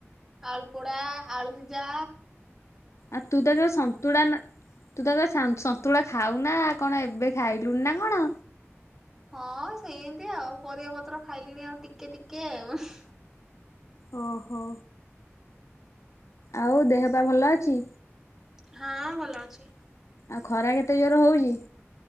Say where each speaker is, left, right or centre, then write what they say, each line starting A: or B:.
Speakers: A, in the centre; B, on the left.
A: ଆଳୁପୋଡା, ଆଳୁ ସିଜା।
B: ଆଉ ତୁ ତ ଯୋଉ ସନ୍ତୁଳା ନ ତୁ ତେବେ ସାନୂ ସନ୍ତୁଳା ଖାଉ ନା କଣ ଏବେ ଖାଇଲୁଣି ନା କଣ?
A: ହଁ ସେଇମିତି ଆଉ ପରିବାପତ୍ର ଖାଇଲିଣି ଆଉ ଟିକେ ଟିକେ ଉଁହୁଁ।
B: ଓହୋ। ଆଉ ଦେହ ପା ଭଲ ଅଛି?
A: ହଁ ଭଲ ଅଛି।
B: ଆଉ ଖରା କେତେ ଜୋର ହଉଚି?